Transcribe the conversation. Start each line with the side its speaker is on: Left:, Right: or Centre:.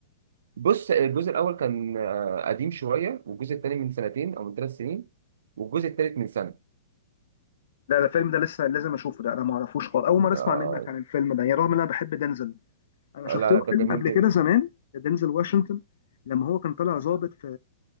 Right: بص الجزء الاول كان آه، قديم شويه والجزء الثاني من سنتين او من ثلاث سنين والجزء الثالث من سنه
Left: لا ده الفيلم ده لسه لازم اشوفه ده انا ما اعرفوش خالص اول مره اسمع
Right: آه
Left: منك عن الفيلم ده يعني رغم ان انا بحب دنزل انا
Right: لا
Left: شفت
Right: لا
Left: له
Right: ده
Left: فيلم
Right: جميل
Left: قبل
Right: جدا
Left: كده زمان دنزل واشنطن لما هو كان طالع ظابط في